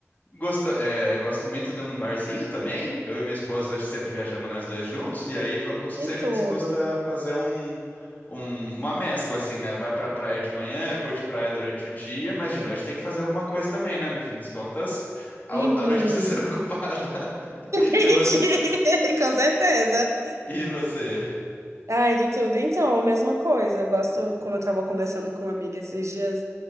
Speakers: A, on the left; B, on the right.
A: Gosto, é, gosto muito de um barzinho também. Eu e minha esposa sempre viajamos nós dois juntos, e aí va- cust-
B: Que
A: a gente
B: tudo.
A: custa fazer um, um- uma mescla, assim, né? Vai pra praia de manhã, curte praia durante o dia, mas de noite tem que fazer alguma coisa também, né? No fim das contas, a,
B: Uhum.
A: a noite precisa ser <laughs> ocupada.
B: Entendi,
A: E você?
B: <laughs> com certeza.
A: E você?
B: Ai, de tudo. Então, a mesma coisa. Eu gosto, como eu tava conversando com uma amiga esses dias,